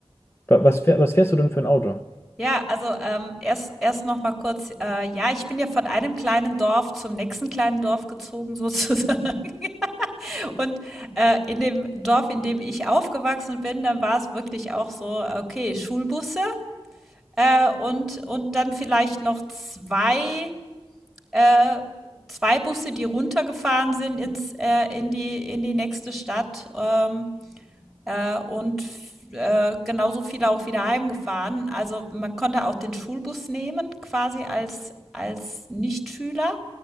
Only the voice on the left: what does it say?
Wa- was, fähr, was fährst du denn für ein Auto?